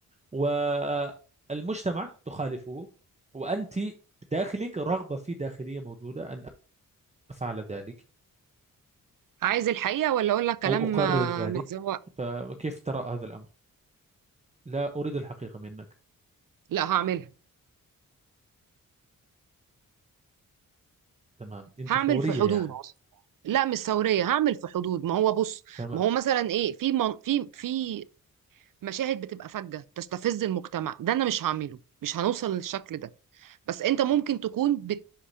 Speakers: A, on the right; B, on the right.
A: والمجتمع تخالفه وأنت بداخلك رغبة في داخلية موجودة أن أفعل ذلك
B: عايز الحقيقه ولا اقول لك كلام
A: أو أقرر
B: آه،
A: ذلك
B: متزوق
A: فكيف ترى هذا الأمر؟ لا أريد الحقيقة منك
B: لا هعملها
A: تمام أنت
B: هعمل
A: ثورية
B: في حدود
A: يعني
B: لا مش ثوريه هعمل في حدود ما هو بص
A: تمام
B: ما هو مثلا ايه في من... في في مشاهد بتبقى فجه تستفز المجتمع ده انا مش هعمله مش هنوصل للشكل ده بس انت ممكن تكون بت